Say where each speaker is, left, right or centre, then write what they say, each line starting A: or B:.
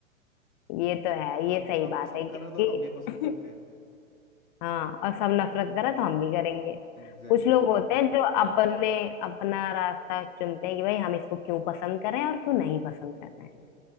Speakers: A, on the left; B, on the left.
A: ये तो है ये
B: अब
A: सही
B: सब
A: बात
B: पसंद
A: है
B: कर
A: क्योंकि
B: रहे हो, तो हम भी पसंद
A: <laughs>
B: करते हैं
A: हाँ और सब नफरत करे तो हम भी करेंगे
B: एग्जैक्टली
A: कुछ लोग होते हैं जो अपने अपना रास्ता चुनते हैं कि भाई हम इसको क्यों पसंद कर रहे हैं और क्यों नहीं पसंद कर
B: एग्जैक्टली
A: रहे हैं